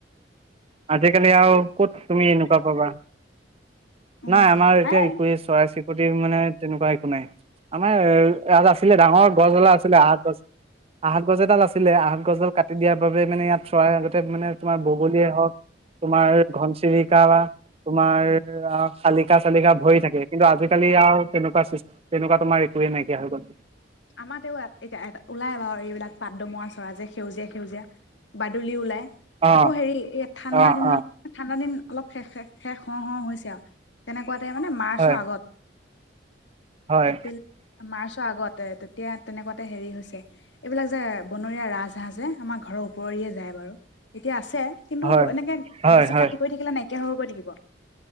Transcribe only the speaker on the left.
অ
খায়
আমাৰতেওঁ এতিয়া ওলাই বাৰু এইবিলাক পাতদমৰা চৰা যে সেউজীয়া সেউজীয়া বাদুলি ওলাই
আকৌ হেৰি এই ঠাণ্ডা
দিনত
ঠাণ্ডা দিন অলপ শেষ শেষ হ হ হৈছে আৰু তেনেকুৱা তে মানে মাৰ্চৰ
আগত
এপ্ৰিল মাৰ্চৰ আগত তেতিয়া তেনেকুৱাতে হেৰি হৈছে এইবিলাক যে বনৰীয়া ৰাজহাঁহ যে আমাৰ ঘৰৰ ওপৰিয়ে যায় বাৰু এতিয়া আ কিন্তু
এনেকৈ
বেছি
কাটি কৰি থাকিলে নাইকিয়া হক কৈ থাকিব